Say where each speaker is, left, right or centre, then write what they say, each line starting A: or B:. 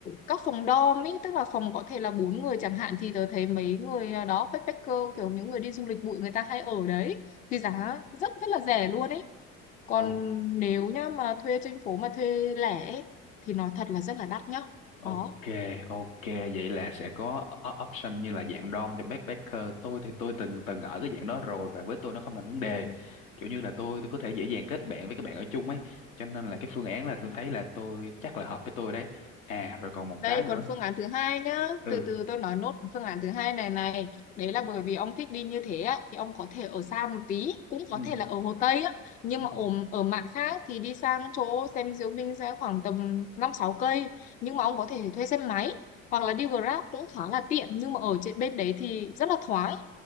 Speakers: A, on the left; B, on the left.
A: các phòng dorm ý, tức là phòng có thể là bốn người chẳng hạn thì tớ thấy mấy người ờ, đó backpacker kiểu những người đi du lịch bụi người ta hay ở đấy thì giá rất rất là rẻ luôn ý còn
B: ok
A: nếu nhá mà thuê trên phố mà thuê lẻ ấy, thì nói thật là rất là đắt nhá
B: Ok,
A: đó
B: ok, vậy là sẽ có o- option như là dạng DOM cho backpacker. Tôi thì tôi từng từng ở cái dạng đó rồi và với tôi nó không thành vấn
A: Ừ.
B: đề. Kiểu như là tôi tôi có thể dễ dàng kết bạn với các bạn ở chung ấy. Cho nên là cái phương án là
A: Ừ.
B: tôi thấy là tôi chắc là hợp với tôi đấy. À rồi còn một
A: Đây
B: cái nữa.
A: còn phương án thứ hai nhá,
B: Ừ.
A: từ từ tôi nói nốt phương án thứ hai này này, đấy là bởi vì ông thích đi như thế á, thì ông có thể ở xa một tí, cũng có
B: Ừ.
A: thể là ở Hồ Tây á, nhưng
B: ừ.
A: mà ở ở mạn khác thì đi sang chỗ xem diễu binh sẽ khoảng tầm 5 6 cây, nhưng mà ông có thể thuê xe máy hoặc là đi Grab cũng khá là tiện nhưng mà ở trên bên đấy thì rất là thoáng